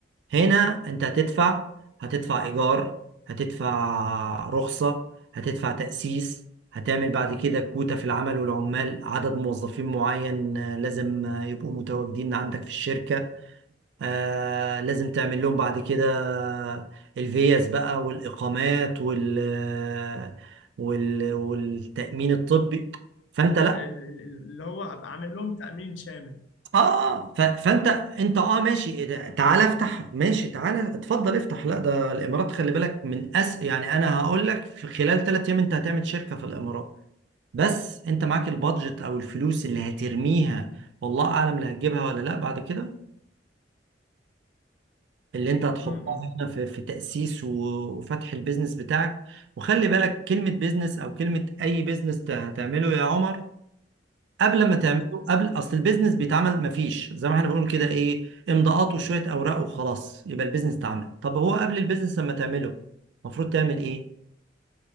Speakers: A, on the right; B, on the left.
A: هنا انت هتدفع هتدفع ايجار هتدفع رخصة هتدفع تأسيس هتعمل بعد كده كوتا في العمل والعمال عدد موظفين معين آه، لازم آه، يبقوا متواجدين عندك في الشركة آه لازم تعمل لهم بعد كده آه، الفيز بقى والإقامات وال آه، وال والتأمين الطبي فأنت
B: تق-
A: لا
B: ال- ال- اللي هو ابقى عامل لهم تأمين شامل
A: اه ف... فانت انت اه ماشي إيه ده؟ تعالى افتح ماشي تعالى اتفضل افتح لا ده الامارات خلي بالك من أس يعني انا هقول لك في خلال ثلاث ايام انت هتعمل شركه في الامارات بس انت معاك البادجت او الفلوس اللي هترميها والله اعلم لا هتجيبها ولا لا بعد كده اللي انت هتحطها
B: امم
A: هنا في, في تاسيس و- وفتح البيزنس بتاعك وخلي بالك كلمه بيزنس او كلمه اي بيزنس هتعمله يا عمر قبل ما تعمله قبل اصل البيزنس بيتعمل مفيش زي ما احنا بنقول كده ايه امضاءات وشويه اوراق وخلاص يبقى البيزنس اتعمل طب هو قبل البيزنس لما تعمله المفروض تعمل ايه